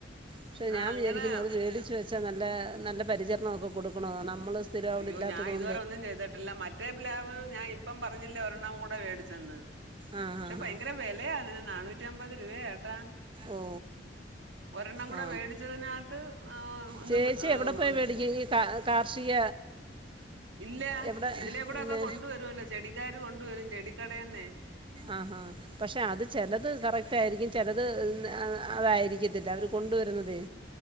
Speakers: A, on the right; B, on the right.
A: പക്ഷേ
B: ആ
A: ഞാൻ
B: അങ്ങനെ
A: വിചാരിക്ക്ന്നത് വേടിച്ച് വേച്ച് നല്ലേ നല്ല പരിചരണൊക്കെ കൊടുക്കണോനാണ് നമ്മൾ സ്ഥിരം അവിടെ
B: അയ്യോ
A: ഇല്ലാത്തത്
B: ഞാൻ ഇതുവരെന്നും
A: കൊണ്ട്
B: ചെയ്തട്ട് ഇല്ല മറ്റേ പ്ലാവ് ഞാൻ ഇപ്പം പറഞ്ഞില്ലേ ഒരെണ്ണം കൂടെ വേടിച്ചെന്ന്
A: ആ
B: പക്ഷെ
A: ആ
B: ഭയങ്കര
A: ആ
B: വെലെയാ അതിന് നാനൂറ്റി അമ്പത് രൂപയാട്ടാ
A: ഓ
B: ഒരെണ്ണം കൂടെ
A: ആ
B: വെടിച്ചതിനകത്ത് ആഹ് ഒന്നും
A: ചേച്ചി
B: അഹ്
A: എവിടെ പോയി മേടിക്കും ഈ കാ കാർഷിക
B: ഇല്ലാ
A: എവിടെ
B: ഇതിലെ കൂടെ
A: പിന്നെ
B: ഒക്കെ കൊണ്ടുവരുല്ലോ ചെടിക്കാര് കൊണ്ട വരും ചെടിക്കടന്നെ
A: ആഹ് പക്ഷെ അത് ചിലത് കറക്റ്റ് അയിരിക്കും ചെലത് അതായിരിക്കത്തില്ല അവര് കൊണ്ടുവരുന്നതേ